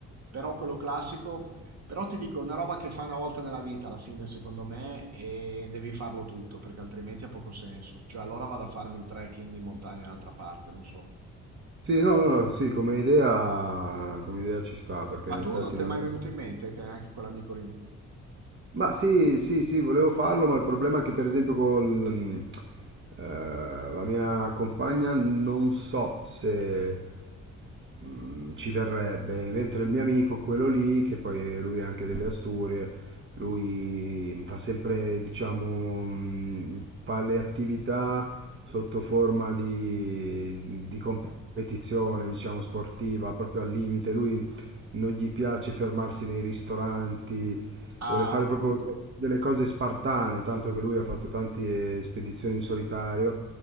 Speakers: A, on the right; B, on the right.
A: però quello classico, però ti dico, una roba che fa una volta nella vita alla fine, secondo me, e devi farlo tutto, perché altrimenti ha poco senso, cioè allora vado a farmi il trekking in montagna in un'altra parte, non so.
B: sì, no, no, no, sì, come idea, come idea ci sta, perché
A: Ma
B: in
A: tu
B: effetti
A: non ti
B: non
A: è mai
B: è...
A: venuto in mente che anche quell'amico lì
B: Ma sì, sì, sì, volevo farlo, ma il problema è che per esempio con mm, eh, la mia compagna non so se mm, ci verrebbe, mentre il mio amico, quello lì, che poi è- lui è anche delle Asturie, lui fa sempre, diciamo, mm, fa le attività sotto forma di, di competizione, diciamo, sportiva, proprio al limite, lui non gli piace fermarsi nei ristoranti
A: Ah,
B: Vuole fare
A: ho capito,
B: proprio delle cose spartane, tanto che lui ha fatto tante spedizioni in solitario,